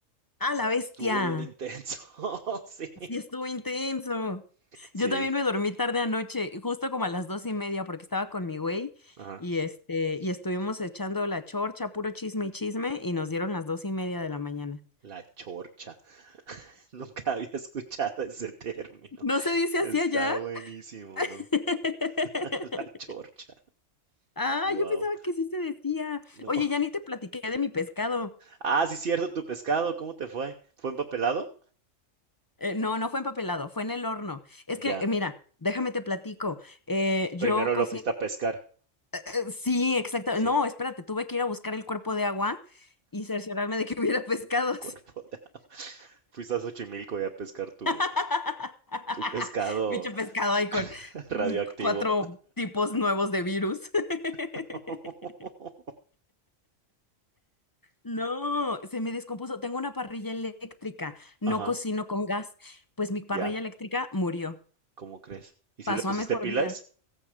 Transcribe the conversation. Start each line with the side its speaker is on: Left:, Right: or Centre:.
Left: Ah, la bestia.
Right: Estuvo bien intenso, <laughs> sí.
Left: Sí, estuvo intenso.
Right: Sí,
Left: Yo también me dormí tarde anoche, justo como a las dos y media, porque estaba con mi güey
Right: ajá.
Left: y este, y estuvimos echando la chorcha, puro chisme y chisme, y nos dieron las dos y media de la mañana.
Right: La chorcha. <laughs> Nunca había escuchado ese término.
Left: ¿No se dice
Right: Está
Left: así allá?
Right: buenísimo,
Left: <laughs>
Right: ¿no? <laughs> La chorcha.
Left: Ah,
Right: Wow.
Left: yo pensaba que sí se decía.
Right: No.
Left: Oye, ya ni te platiqué de mi pescado.
Right: Ah, sí, cierto, tu pescado, ¿cómo te fue? ¿Fue empapelado?
Left: Eh, no, no fue empapelado, fue en el horno. Es que,
Right: Ya.
Left: eh, mira, déjame te platico. eh, yo
Right: Primero
Left: cocino.
Right: lo fuiste a pescar.
Left: eh, sí, exacto.
Right: Sí,
Left: No, espérate, tuve que ir a buscar el cuerpo de agua y cerciorarme de que hubiera pescados.
Right: cuerpo. de- <laughs> Fuiste a Xochimilco y a pescar tu,
Left: <laughs>
Right: tu pescado
Left: Bicho pescado ahí con
Right: <laughs> radioactivo.
Left: mm, cuatro tipos nuevos de virus.
Right: <laughs>
Left: <laughs> No, se me descompuso. Tengo una parrilla eléctrica, no
Right: Ajá,
Left: cocino con gas. Pues mi parrilla
Right: ya.
Left: eléctrica murió,
Right: ¿Cómo crees? ¿Y
Left: pasó
Right: si le pusiste
Left: a mejor
Right: pilas?
Left: vida.